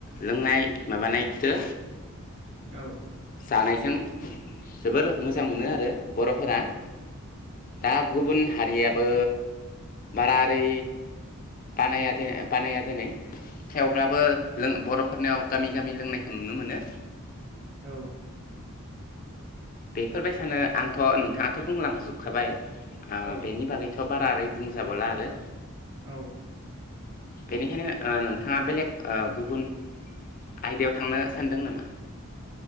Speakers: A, on the left; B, on the right.
A: लोंनाय माबानाय को
B: औ।
A: जानायजों जोबोर मोजां मोनो आरो बर'फोरा दा गुबुन हारियाबो बारा ओरै बानाया देन बानाया देनाय थेवब्लाबो लों बर' फोरनियाव गामि गामि लोंनायखौ नुनो मोनो
B: औ।
A: बेफोरबायसानो आंथ' नोंथाङाथ' बुंलांजोबखाबाय ओ
B: औ
A: बेनि बागैथ' थ' बारा ओरै बुंजाबावला आरो
B: औ।
A: बेनिखायनो ओ नोंथाङा बेलेग ओ गुबुन आयदायाव थांनो सानदों नामा?